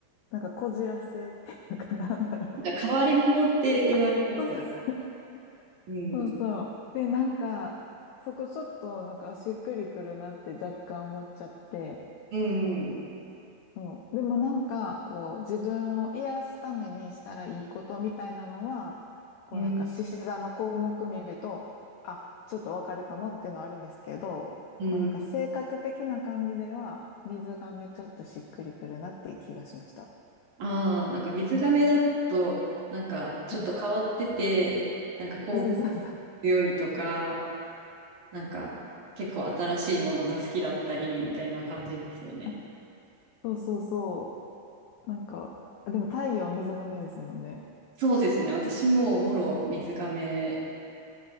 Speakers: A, on the left; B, on the right.
A: なんかこじらせっていうかなんだろう。
B: なんか変わり者って言われますよ。
A: あ、そうそう。<laughs>
B: うん。
A: そうそう。で、なんか、そこちょっと、なんか、あしっくりくるなって若干思っちゃって。
B: うんうん。
A: そう。でもなんか、こう、自分を癒すためにしたらいいことみたいなのは、こうなんか、
B: うん。
A: 獅子座の項目見ると、あ、ちょっとわかるかもっていうのはあるんですけど、
B: うん
A: こうなんか、性格的な感じでは、水亀ちょっとしっくりくるなっていう気がしました。
B: ああ、なんか水亀だと、なんかちょっと変わってて、
A: うん
B: なんかこう
A: あそうそうそう。
B: 強いとか、なんか結構新しいものが好きだったりみたいな感じですよね。
A: あそうそうそう。なんか、あでも太陽水亀ですもんね。
B: そうですね。私ももろ水亀